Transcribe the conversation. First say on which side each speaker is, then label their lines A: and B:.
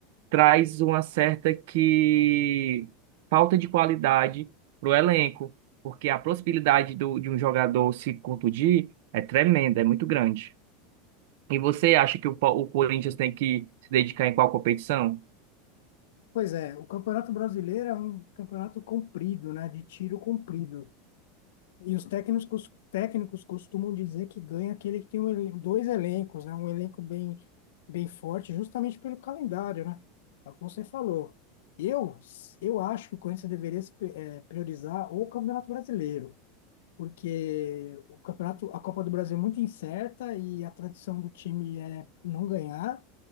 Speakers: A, on the right; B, on the left.
A: traz uma certa que falta de qualidade para o elenco, porque a possibilidade do, de um jogador se contundir é tremenda, é muito grande. E você acha que o, Pa- o Corinthians tem que se dedicar em qual competição?
B: Pois é, o Campeonato Brasileiro é um campeonato comprido, né? De tiro comprido. E os técnicos, cos- técnicos costumam dizer que ganha aquele que tem um elen- dois elencos, né? Um elenco bem, bem forte, justamente pelo calendário, né? É o que você falou. Eu, eu acho que o Corinthians deveria se pri- eh, priorizar o Campeonato Brasileiro, porque o campeonato, a Copa do Brasil é muito incerta e a tradição do time é não ganhar.